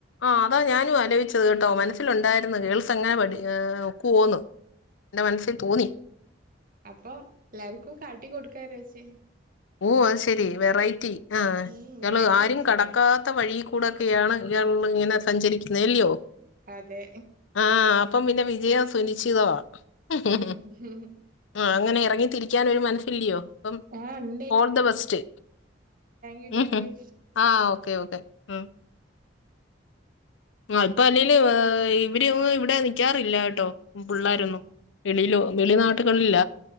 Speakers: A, on the left; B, on the right.
A: ആഹ് അതാ ഞാനും ആലോചിച്ചത്. കേട്ടോ മനസ്സിലുണ്ടായിരുന്നു ഗേൾസ് എങ്ങനെ പടി ഒക്കുവോന്ന് എന്റെ മനസ്സിൽ തോന്നി
B: അപ്പൊ എല്ലാർക്കും കാട്ടി കൊടുക്കാന്നു വെച്ചു
A: ഓഹ് അത് ശെരി വെറൈറ്റി. ആഹ്
B: ഉം
A: ഇയാള്
B: വെറൈറ്റി
A: ആരും
B: പിടിച്ചണ്ടേ
A: കടക്കാ ത്ത വഴിൽ കൂടൊക്കെയാണ് ഇയാൾ ഇങ്ങനെ സഞ്ചരിക്കുന്നത് അല്ലിയോ?
B: അതെ
A: ആഹ് അപ്പം പിന്നെ വിജയം സുനിശ്ചിതവാ. ഹ്ഹ ഹ്ഹ
B: ഉം
A: ഹ്ഹ പ്പോ ആഹ് അങ്ങനെ ഇറങ്ങി തിരിക്കാൻ ഒരു മനസ്സില്ലിയോ അപ്പം
B: ആഹ് in
A: all the best
B: you താങ്ക്
A: ഉം
B: യു
A: ആഹ് ഓക്കെ ഓക്കെ ഉം ആഹ് ഇപ്പ അല്ലേല് ആഹ് ഇവര് ഇവിടെ നി ക്കാറില്ല കേട്ടോ പിള്ളാരൊന്നും വെളിയിലോ വെളി നാട്ടുകളില